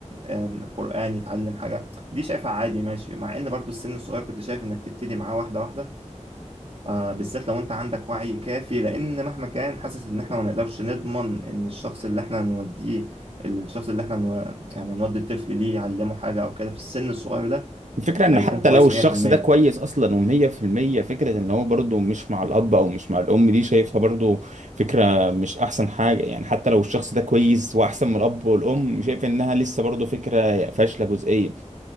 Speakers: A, on the right; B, on the right.
A: آم، قرآن يتعلم حاجة دي شايفها عادي ماشي مع ان برضو السن الصغير كنت شايف انك تبتدي معاه واحدة واحدة آه بالذات لو انت عندك وعي كافي لان مهما كان حاسس ان احنا ما نقدرش نضمن ان الشخص اللي احنا هنوديه الشخص اللي احنا نو... يعني هنودي الطفل ليه يعلمه حاجة او كده في السن الصغير ده
B: الفكرة انه
A: هيكون
B: حتى
A: كويس
B: لو الشخص
A: 100%
B: ده كويس اصلا ومية في المية فكرة ان هو برضه مش مع الاب او مش مع الام دي شايفها برضه فكرة مش احسن حاجة يعني حتى لو الشخص ده كويس واحسن من الاب والام شايف انها لسه برضه فكرة فاشلة جزئيا